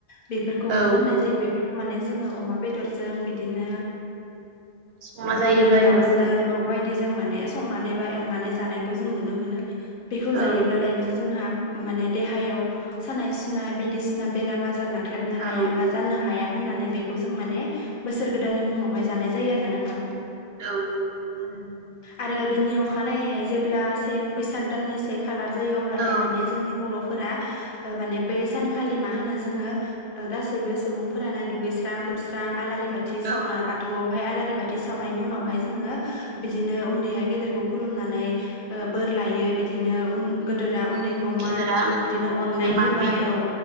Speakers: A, on the left; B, on the right.
A: बेफोरखौनो
B: औ
A: होननाय जायो। माने जोङो अमा बेदरजों बिदिनो।
B: संना
A: ब्रयलार
B: जायोबा
A: दाउजों
B: एवना जायो
A: औ बायदिजों माने। संनानै बा एवनानै जानायखौ जों नुनो मोनो बेखौ जायोब्लालायनो
B: औ
A: जोंहा। माने देहायाव सानाय सुनाय बायदिसिना बेराम आजार नौ। ख्रेबनो
B: जायो
A: हाया
B: औ
A: बा जानो हाया होननानै बेखौ जों माने बोस। इसोर गोदाननि मुङावहाय जानाय जायो आरो ना नोंथां।
B: औ
A: आरो बेनि अखानायैहाय जेब्ला से बैसाग दाननि से खालार जायो अब्लाथाय
B: औ
A: माने जोंनि बर'फोरा ओ माने बे सानखालि मा होनो जोङो गासैबो सुबुंफोरानो दुगैस्रां लोबस्रां आलारि बाथि सावना
B: ओं
A: बाथौआवहाय आलारि बाथ थि सावनायनि उनावहाय जोङो बिदिनो उन्दैया गेदेरखौ खुलुमनानै बोर लायो बि बिदिनो उन गेदेरा उन्दैखौ
B: गिदिरा
A: मान
B: उन्दैनो
A: बिदिनो
B: बोर
A: अननाय
B: मान
A: होबाय
B: होयो
A: औ